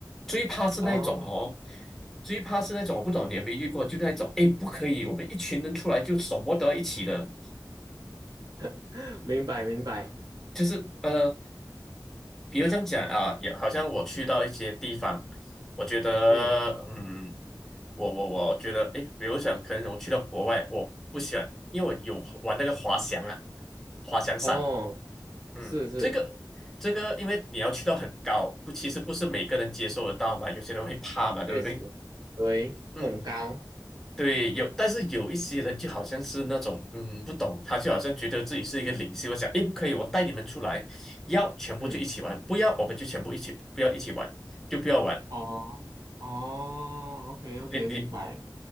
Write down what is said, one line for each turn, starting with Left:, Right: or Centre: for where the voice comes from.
Centre: 最怕是那一种哦，
Right: 哦，
Centre: 最怕是那种我不懂你有没有遇过，就那一种，诶，不可以，我们一群人出来就什么都要一起的，
Right: <laughs> 明白明白，
Centre: 就是呃比如这样讲啊，也好像我去到一些地方，我觉得，
Right: 嗯，
Centre: 嗯，我我我觉得，诶，比如讲，可能我去到国外，我不喜欢，因为我有玩那个滑翔啊，滑翔伞，
Right: 哦，
Centre: 嗯，
Right: 是是。
Centre: 这个这个，因为你要去到很高，不，其实不是每个人接受得到嘛，有些人会怕嘛，对不对？
Right: 确实，对，
Centre: 嗯，
Right: 恐高，
Centre: 对，有，但是有一些人就好像是那种，嗯，不懂，他就好像觉得自己是一个领袖，我想，诶，不可以，我带你们出来，要全部就一起玩，
Right: 嗯，
Centre: 不要我们就全部一起，不要一起玩，就不要玩。
Right: 哦哦，OK OK，
Centre: 诶，你
Right: 明白。